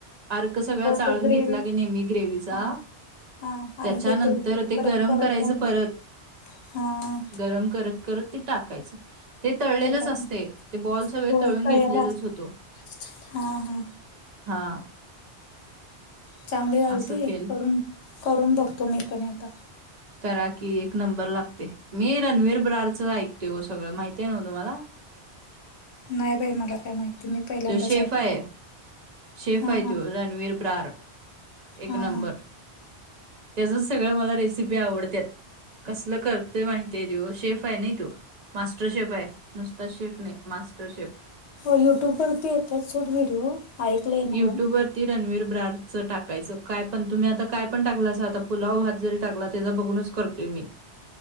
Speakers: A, on the right; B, on the left.
A: अर्क सगळं चाळून
B: ते ग्रेवी
A: घेत नेहमी ग्रेवीचा
B: हा हा
A: त्याच्यानंतर
B: आणि ते तेल सुटेपर्यंत
A: ते गरम
B: परतल्या
A: करायचं
B: नंतर
A: परत.
B: हा
A: गरम करत करत ते टाकायचं. ते तळलेलेच
B: त्याच्यात
A: असते ते बॉल सगळे
B: होय
A: तळून
B: तयार
A: घेतलेलच
B: असत
A: होतो.
B: हा हा
A: हा.
B: चांगली झाल
A: असं
B: त
A: केलं
B: करून करून बघतो मी पण आता.
A: करा कि एक नंबर लागते मी रणवीर ब्रारचं ऐकतेो सगळं माहिती आहे ना म तुम्हाला.
B: नाही बाई मला काय माहिती. मी पहिल्यांदाच
A: तो शेफ
B: ऐकायला
A: आहे, शेफ
B: हा
A: आहे
B: हा
A: तो रणवीर ब्रार. एक
B: हा
A: नंबर,
B: हा
A: त्याच सगळं मला रेसिपी आवडत्यात. कसलं करतेय माहितीय तेव शेफ आहे नइ तो. मास्टरशेफ आहे, नुसता शेफ नाही, मास्टरशेफ.
B: हो युट्यूबवरती येतात सोड व्हिडिओ. ऐकलंय नाव
A: युट्यूबवर रणवीर ब्रारच टाकायचं. काय पण तुम्ही आता काय पण टाकलं अस आता पुलाव भात जरी टाकला त्याज बघूनच करतोय मी.